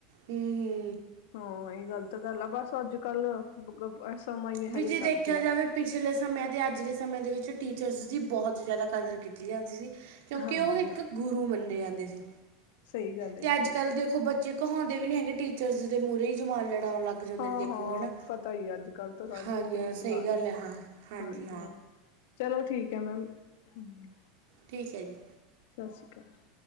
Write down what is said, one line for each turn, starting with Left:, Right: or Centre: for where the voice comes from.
Right: ਹੰ ਹੰ
Left: ਹਾਂ ਇਹ ਗਲਤ ਗੱਲ ਆ ਬਸ ਅੱਜ ਕੱਲ ਸਮਾਂ ਇਹੋ
Right: ਵੀ
Left: ਜਿਹਾ
Right: ਜੇ
Left: ਚੱਲ
Right: ਦੇਖਿਆ
Left: ਪੇਆ
Right: ਜਾਵੇ ਪਿਛਲੇ ਸਮੇਂ ਅਤੇ ਅੱਜ ਦੇ ਸਮੇਂ ਦੇ ਵਿੱਚ ਟੀਚਰਸ ਦੀ ਬਹੁਤ ਜ਼ਿਆਦਾ ਕਦਰ ਕੀਤੀ ਜਾਂਦੀ ਸੀ ਕਿਉਂਕਿ
Left: ਹਾਂਜੀ
Right: ਉਹ ਇੱਕ
Left: ਹਾਂ
Right: ਗੁਰੂ ਮੰਨੇ ਜਾਂਦੇ ਸੀ,
Left: ਸਹੀ ਗੱਲ ਹੈ
Right: ਤੇ
Left: ਜੀ ਸਹੀ
Right: ਅੱਜ ਕੱਲ੍ਹ
Left: ਗੱਲ
Right: ਦੇਖੋ ਬੱਚੇ ਕਹਾਉਦੇ ਵੀ ਨੀ ਹੈਗੇ ਟੀਚਰ ਦੇ ਮੂਹਰੇ ਹੀ ਜੁਬਾਨ ਲੜਾਉਣ ਲੱਗ ਜਾਂਦੇ
Left: ਹਾਂ
Right: ਨੇ ਦੇਖੋ
Left: -ਹਾਂ,
Right: ਹੈ ਨਾ
Left: ਪਤਾ ਹੀ ਅੱਜ ਕੱਲ ਤਾਂ ਸਭ
Right: ਹਾਂਜੀ
Left: ਕੀਤੇ
Right: ਹਾਂ
Left: ਇਹੀ
Right: ਸਹੀ
Left: ਹਾਲ
Right: ਗੱਲ
Left: ਹੈ,
Right: ਹਾਂ ਹਾਂਜੀ
Left: ਹਾਂ ਜੀ ਹਾਂ ਚਲੋ ਠੀਕ ਏ ਮੈਮ, ਹਾਂਜੀ
Right: ਠੀਕ ਹੈ ਜੀ
Left: ਸਤਿ ਸ੍ਰੀ ਅਕਾਲ